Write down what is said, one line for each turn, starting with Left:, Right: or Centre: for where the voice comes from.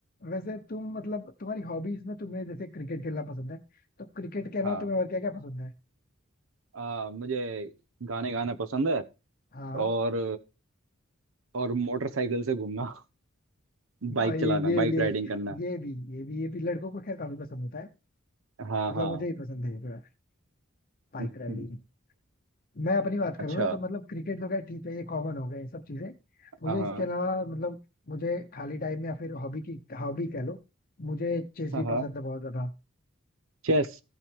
Left: वैसे तुम मतलब तुम्हारी हॉबीज में तुम्हें जैसे क्रिकेट खेलना पसंद है तो क्रिकेट के अलावा
Right: हाँ
Left: तुम्हें और क्या क्या पसंद है
Right: आ, मुझे गाने गाना पसंद है
Left: हाँ
Right: और और मोटरसाइकिल से घूमना बाइक
Left: भाई
Right: चलाना
Left: ये
Right: बाइक
Left: ये
Right: राइडिंग करना
Left: ये भी ये भी ये भी लड़कों को खैर काफी पसंद होता है
Right: हाँ
Left: मतलब
Right: हाँ
Left: मुझे ही पसंद है ये तो यार Bike
Right: हम्म,
Left: riding मैं अपनी बात करूँ
Right: अच्छा
Left: ना तो मतलब क्रिकेट तो खैर ठीक है ये कॉमन हो गए ये सब चीजें मुझे
Right: हाँ हाँ
Left: इसके अलावा मतलब मुझे खाली टाइम में या फिर हॉबी की हॉबी कह लो मुझे चेस
Right: हाँ
Left: भी पसंद है बहुत ज्यादा
Right: चेस